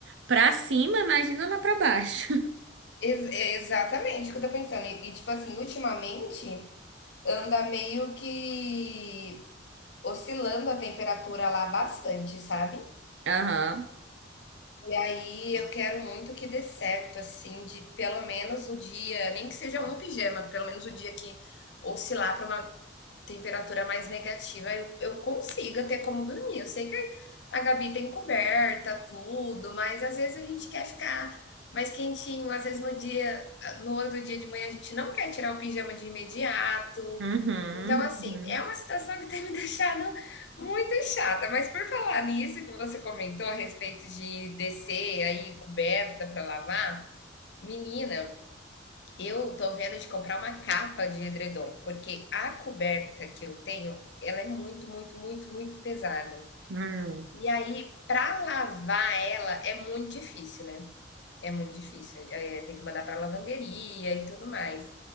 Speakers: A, on the right (about 70°); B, on the left (about 60°).
A: pra cima, imagina lá pra baixo.
B: Ex- é exatamente o que eu tô pensando. E, e, tipo assim, ultimamente, anda meio que oscilando a temperatura lá bastante, sabe?
A: <laughs> Aham.
B: E aí eu quero muito que dê certo, assim, de pelo menos o dia, nem que seja um pijama, pelo menos o dia que oscilar para uma temperatura mais negativa, eu, eu consiga ter como dormir. Eu sei que a Gabi tem coberta, tudo, mas às vezes a gente quer ficar mais quentinho, às vezes no dia, no outro dia de manhã a gente não quer tirar o pijama de imediato.
A: Uhum.
B: Então, assim,
A: Uhum.
B: é uma situação que tem me <laughs> deixado muito chata. Mas por falar nisso que você comentou a respeito de descer aí coberta para lavar, menina, eu tô vendo de comprar uma capa de edredom, porque a coberta que eu tenho, ela é muito, muito, muito, muito pesada.
A: Uhum.
B: E aí, para lavar ela é muito difícil, né? É muito difícil, eh, tem que mandar para lavanderia e tudo mais.